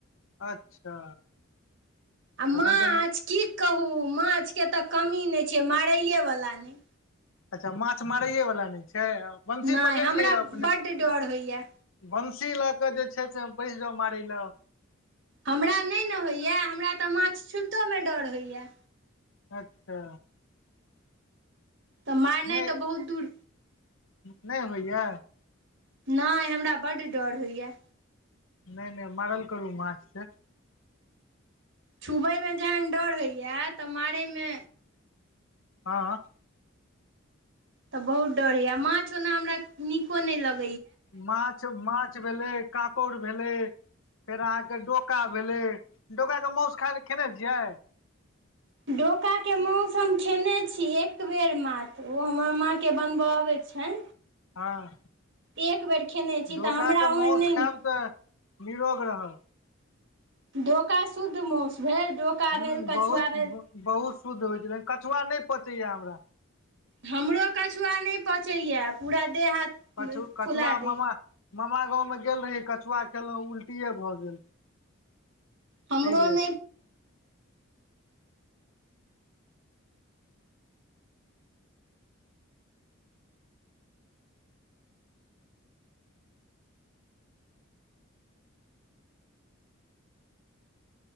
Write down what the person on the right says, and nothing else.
आ
माछ,
की कहू माछ के त कमी नै छैय मारैएवला नै
नहि
हमरा
बड्ड डर होइए
हमरा नै ने होइए हमरा त माछ छुबितोमे डर होइए।
तऽ मारनै
तऽ बहुत दूर
नहि हमरा बड्ड डर होइया
छुबैयमे जहन डर होइया तऽ मारैमे
तऽ बहुत डर होय माछ ओना हमरा नीको नहि लग
डोकाके मास हम खेने छी एक बेर मात्र ओ हमर माँके बनबय अबैत छै
एक बेर खेने छी
तऽ हमरा ओहन
नहि
नीक
डोका शुद्ध माउस भेल डोका
भेल कछुआ
भेल
हमरो कछुआ नहि पचैए पूरा देह हाथ
फुला दे
हमरो
नहि